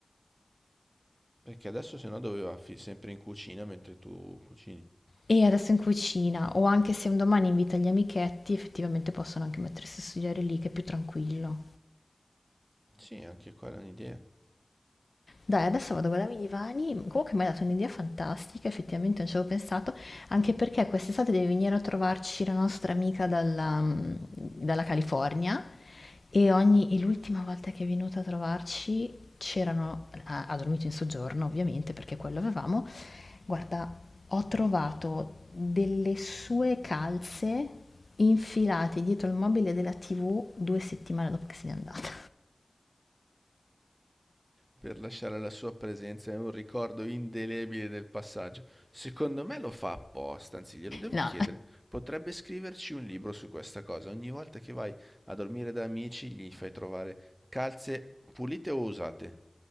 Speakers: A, on the right; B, on the left.
A: Perché adesso se no doveva fi- sempre in cucina mentre tu cucini.
B: E adesso in cucina, o anche se un domani invita gli amichetti, effettivamente possono anche mettersi a studiare lì, che è più tranquillo.
A: Sì, anche quella è un'idea.
B: Dai, adesso vado a guardarmi i divani, comunque mi hai dato un'idea fantastica, effettivamente non ci avevo pensato, anche perché quest'estate deve venire a trovarci la nostra amica dalla, mm, dalla California e, ogni- e l'ultima volta che è venuta a trovarci c'erano, ha, ha dormito in soggiorno ovviamente perché quello avevamo, Guarda, ho trovato delle sue calze infilate dietro il mobile della TV due settimane dopo che se n'è andata.
A: per lasciare la sua presenza e un ricordo indelebile del passaggio. Secondo me lo fa apposta, anzi glielo devo
B: No,
A: chiedere. Potrebbe scriverci un libro su questa cosa. Ogni volta che vai a dormire da amici gli fai trovare calze pulite o usate?